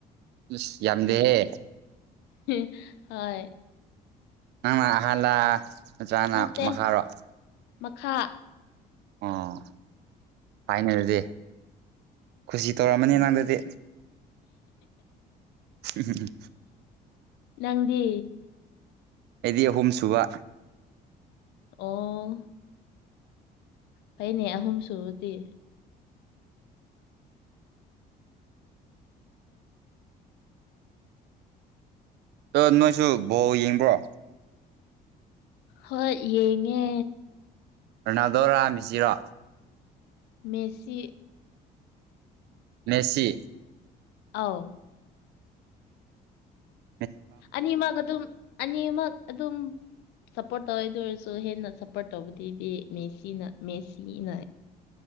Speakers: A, on the right; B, on the left.
A: ꯑꯁ ꯌꯥꯝꯗꯦꯍꯦ
B: <unintelligible> ꯍꯣꯏ
A: ꯅꯪꯅ ꯑꯍꯜꯂ ꯃꯆꯥꯅ
B: ꯅꯠꯇꯦ
A: ꯃꯈꯥꯔꯣ
B: ꯃꯈꯥ
A: ꯑꯣ ꯐꯥꯏꯅꯦꯜꯗꯤ ꯈꯨꯁꯤ ꯇꯧꯔꯝꯃꯅꯤ
B: ꯎꯝ
A: ꯅꯪꯗꯗꯤ ꯎꯝ ꯎꯝ ꯎꯝ
B: ꯅꯪꯗꯤ
A: ꯑꯩꯗꯤ ꯑꯍꯨꯝ ꯁꯨꯕ
B: ꯑꯣ ꯐꯩꯅꯦ ꯑꯍꯨꯝ ꯁꯨꯕꯗꯤ
A: ꯑ ꯅꯣꯏꯁꯨ ꯕꯣ ꯌꯦꯡꯕ꯭ꯔꯣ
B: ꯍꯣꯏ ꯌꯦꯡꯉꯦ
A: ꯔꯣꯅꯥꯜꯗꯣ ꯔꯥ ꯃꯦꯁꯤꯔꯣ
B: ꯃꯦꯁꯤ
A: ꯃꯦꯁꯤ
B: ꯑꯥꯎ
A: ꯎꯝ
B: ꯑꯅꯤꯃꯛ ꯑꯗꯨꯝ ꯑꯅꯤꯃꯛ ꯑꯗꯨꯝ ꯁꯞꯄꯣꯔꯠ ꯇꯧꯔꯦꯗ ꯑꯣꯏꯔꯁꯨ ꯍꯦꯟꯅ ꯁꯞꯄꯣꯔꯠ ꯇꯧꯕꯗꯨꯗꯤ ꯃꯦꯁꯤꯅ ꯃꯦꯁꯤꯅ